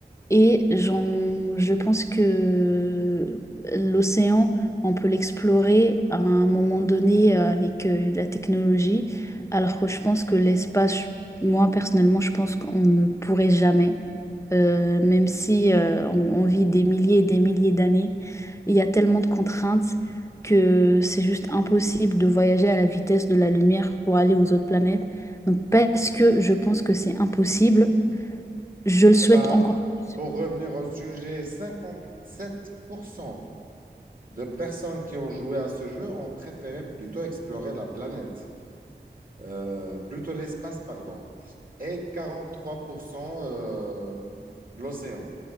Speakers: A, on the left; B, on the right.
A: Et j'en- je pense que l'océan, on peut l'explorer à un moment donné euh, avec euh, la technologie, alors que je pense que l'espace, je- moi personnellement, je pense qu'on ne pourrait jamais, Euh, même si euh, on, on vit des milliers et des milliers d'années, il y a tellement de contraintes que c'est juste impossible de voyager à la vitesse de la lumière pour aller aux autres planètes. Donc parce que je pense que c'est impossible, je le souhaite
B: Eh ben,
A: encore plus.
B: pour revenir au sujet, 57% de personnes qui ont joué à ce jeu ont préféré plutôt explorer la planète, euh, plutôt l'espace, pardon, et 43% euh, l'océan.